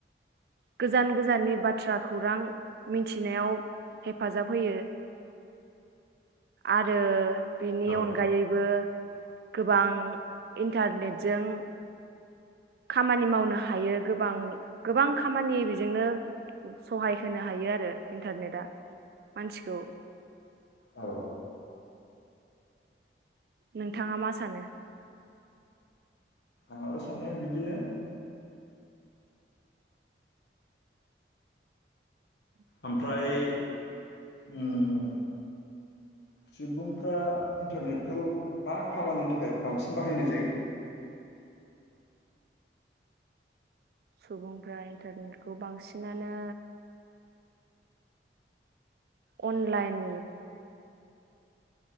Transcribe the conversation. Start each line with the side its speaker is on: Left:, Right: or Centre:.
Right: गोजान गोजाननि बाथ्रा खौरां मिनथिनायाव हेफाजाब होयो आरो बिनि
Left: औ
Right: अनगायैबो गोबां इन्टारनेटजों खामानि मावनो हायो गोबां गोबां खामानि बेजोंनो सहाय होनो हायो आरो इन्टारनेटआ मानसिखौ
Left: औ
Right: नोंथाङा मा सानो?
Left: आंहाबो साननाया बिदिनो ओमओमफ्राय उम सुबुंफ्रा इन्टारनेटखौ मा खामानिनि थाखाय बांसिन बाहायनाय जायो?
Right: सुबुंफ्रा इन्टारनेटखौ बांसिनानो अनलाइन